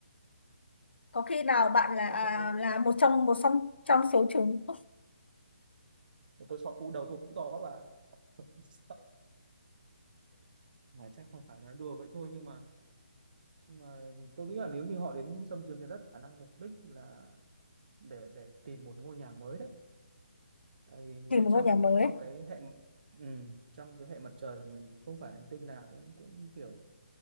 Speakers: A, on the left; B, on the right.
A: có khi nào bạn là
B: tôi
A: à,
B: chẳng qua
A: là một trong một trong trong số chúng
B: tôi sợ u đầu tôi cũng to các bạn <laughs> Sợ. mà chắc không phải là đùa vậy thôi nhưng mà nhưng mà tôi nghĩ là nếu như họ đến xâm chiếm nhà đất khả năng mục đích là để để tìm một ngôi nhà mới đấy tại vì
A: tìm một
B: trong
A: ngôi nhà mới
B: trong cái hệ ừ, trong cái hệ mặt trời của mình thì không phải hành tinh nào cũng cũng kiểu